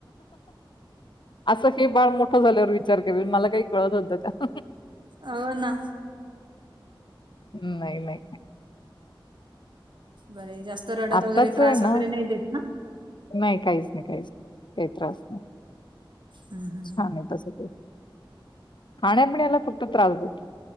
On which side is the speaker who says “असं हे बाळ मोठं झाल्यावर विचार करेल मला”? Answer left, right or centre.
Left